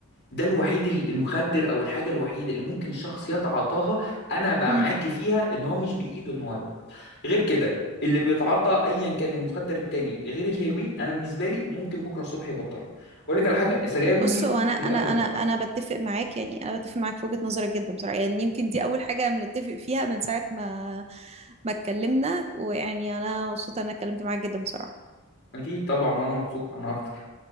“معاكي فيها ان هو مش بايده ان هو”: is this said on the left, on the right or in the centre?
Left